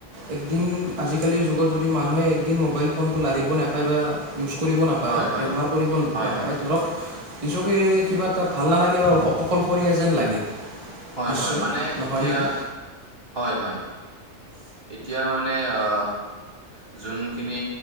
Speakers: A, on the right (about 25°); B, on the right (about 45°).
A: একদিন আজিকালিৰ যুগত যদি মানুহে একদিন মোবাইল ফোনটো লাৰিব নাপায় বা ইউজ কৰিব নাপায়
B: হয় হয়
A: ব্যৱহাৰ কৰিব
B: হয়
A: নাপায়
B: হয়
A: ধৰক নিজকে কিবা এটা ভাল নালাগে বা অ অকলশৰীয়া যেন লাগে
B: হয়,
A: নিশ্চয়
B: হয়, মানে
A: নহয়
B: এতিয়া
A: নেকি
B: হয়, হয় এতিয়া মানে মানে অহ জোনখিনি